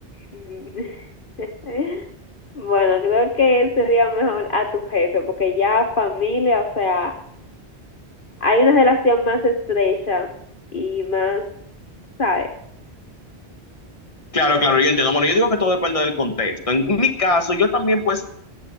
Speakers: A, on the left; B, on the left.
A: <laughs> Bueno, creo que sería mejor a tu jefe, porque ya familia, o sea, hay una relación más estrecha y más, ¿sabes?
B: Claro, claro, yo entiendo. Bueno, yo digo que todo depende del contexto. En mi caso, yo también pues